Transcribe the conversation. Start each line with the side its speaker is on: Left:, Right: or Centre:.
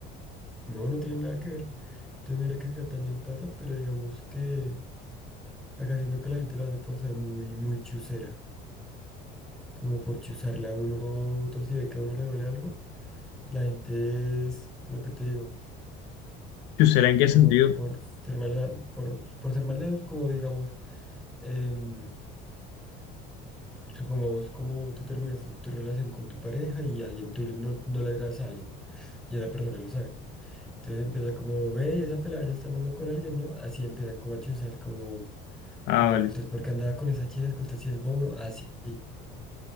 Centre: no, no tiene nada que ver. Entonces mira que acá también pasa, pero digamos que acá siento que la gente lo hace por ser muy, muy chusera. Como por chuzarla a uno, entonces si ve que a uno le duele algo, la gente es lo que te digo,
Left: ¿Y será en qué
Centre: como
Left: sentido?
Centre: por ser maldad, por, por ser maldad, como digamos, em, Supongamos como tú terminas tu, tu relación con tu pareja y alguien, tú le- no, no le agradas a alguien y esa persona lo sabe. Entonces empieza como, ve, esa pelada ya está andando con alguien, ¿no? Así empiezan como a chuzar, como,
Left: Ah,
Centre: como,
Left: vale,
Centre: ¿y usted por qué andaba con esa china? Es que usted sí es bobo, así. Entonces